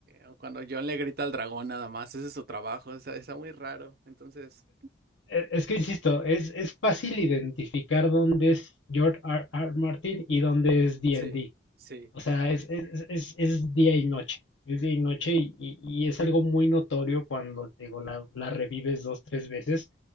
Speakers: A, on the right; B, on the left.
A: o cuando John le grita al dragón nada más, ese es su trabajo, está está muy raro. Entonces,
B: e- Es que insisto, es, es fácil identificar dónde es George R. R. Martin y dónde es D&D.
A: sí, sí.
B: O sea, es, es, es, es día y noche. Es día y noche y, y- y es algo muy notorio cuando te digo, la, la revives dos, tres veces